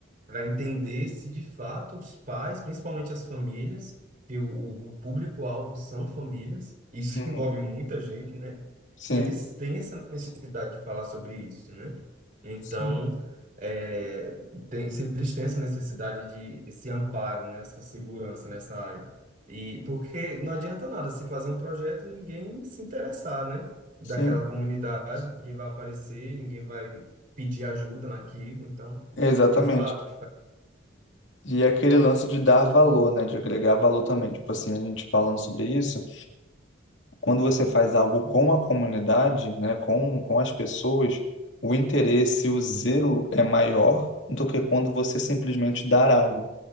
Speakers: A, on the right; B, on the left.
A: para entender se de fato os pais, principalmente as famílias, que o, o público-alvo são famílias, isso
B: Uhum.
A: <laughs> envolve muita gente, né?
B: Sim,
A: Se eles têm essa necessidade de falar sobre isso, né? Então,
B: sim,
A: é, tem- se eles têm essa necessidade de esse amparo, né? Essa segurança nessa área. E porque não adianta nada se fazer um projeto e ninguém se interessar, né? Daquela
B: sim,
A: comunidade, ninguém vai aparecer, ninguém vai pedir ajuda naquilo, então,
B: exatamente.
A: de fato.
B: E é aquele lance de dar valor, né? De agregar valor também. Tipo assim, a gente falando sobre isso, quando você faz algo com a comunidade, né? Com, com as pessoas, o interesse, o zelo é maior do que quando você simplesmente dar algo.